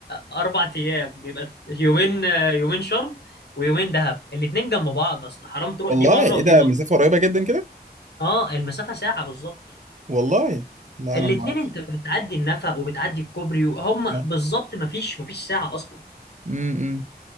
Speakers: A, on the left; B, on the right.
A: اربع ايام بيبقى يومين يومين شرم ويومين دهب الاتنين جنب بعض اصل حرام تروح
B: والله
A: دي مرة
B: ايه
A: ودي
B: ده
A: مرة
B: مسافه قريبه جدا كده
A: اه المسافة ساعة بالظبط
B: والله لا
A: الاتنين
B: انا ما اعرفش
A: انت بتعدي النفق وبتعدي الكوبري وهم
B: آه.
A: بالظبط مفيش مفيش ساعة اصلا
B: امم